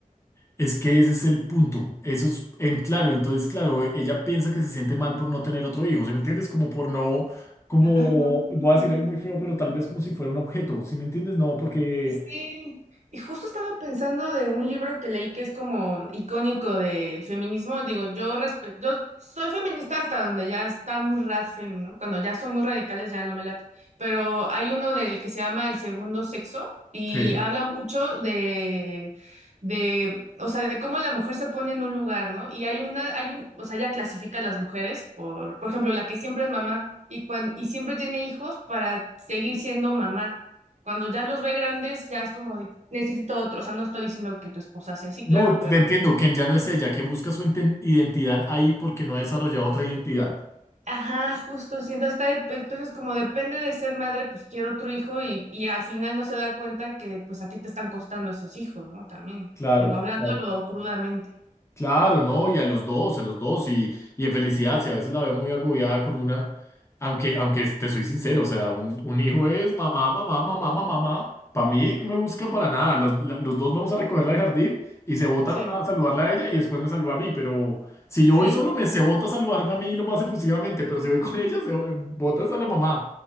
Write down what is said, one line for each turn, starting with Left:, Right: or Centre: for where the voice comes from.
Left: Es que ese es el punto. Eso es, en claro, entonces, claro, e- ella piensa que se siente mal por no tener otro hijo, ¿sí me entiendes? Como por no, como,
Right: Ay, no. no, no,
Left: voy a decir algo muy
Right: no.
Left: feo, pero tal vez como si fuera un objeto, ¿sí me entiendes? No, porque,
Right: Sí, y justo estaba pensando de un libro que leí que es como icónico del feminismo. Digo, yo respeto, yo soy feminista hasta donde ya está muy radfem, ¿no? Cuando ya son muy radicales ya no me late. Pero hay uno del que se llama El Segundo Sexo y
Left: sí.
Right: habla mucho de, de, o sea, de cómo la mujer se pone en un lugar, ¿no? Y hay una, hay un, o sea, ella clasifica a las mujeres por, por ejemplo, la que siempre es mamá y cuan- y siempre tiene hijos para seguir siendo mamá. Cuando ya los ve grandes, ya es como de, necesito otro. O sea, no estoy diciendo que tu esposa sea así,
Left: No,
Right: claro,
Left: te
Right: pero,
Left: entiendo, que ya no es ella, que busca su inten- identidad ahí porque no ha desarrollado otra identidad.
Right: ajá, justo, sí. Entonces, está, de- entonces como depende de ser madre, pues quiero otro hijo y, y al final no se da cuenta que pues a ti te están costando esos hijos, ¿no? También,
Left: Claro,
Right: digo, hablándolo
Left: claro.
Right: crudamente.
Left: Claro, no, y a los dos, a los dos, y, y en felicidad, si a veces la veo muy agobiada con una, aunque, aunque te soy sincero, o sea, un, un hijo es mamá, mamá, mamá, mamá, mamá, para mí no me busca
Right: <laughs>
Left: para nada, los, la- los dos vamos a recogerla del jardín y se bota
Right: Sí,
Left: a saludarla a ella y después me saluda a mí, pero si
Right: sí.
Left: yo voy solo me se bota a saludarme a mí lo más efusivamente, pero si voy con ella se botas a la mamá,